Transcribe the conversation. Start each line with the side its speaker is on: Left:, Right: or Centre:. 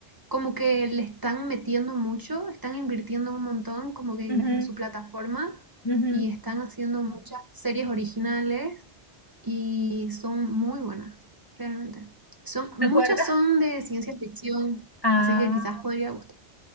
Right: como que le están metiendo mucho, están invirtiendo un montón como que
Left: ujú.
Right: en, en su plataforma
Left: Ujú.
Right: y están haciendo muchas series originales y son muy buenas, realmente. Son,
Left: ¿Te
Right: muchas
Left: acuerdas?
Right: son de ciencia ficción,
Left: Ah,
Right: así que quizás podría gustar.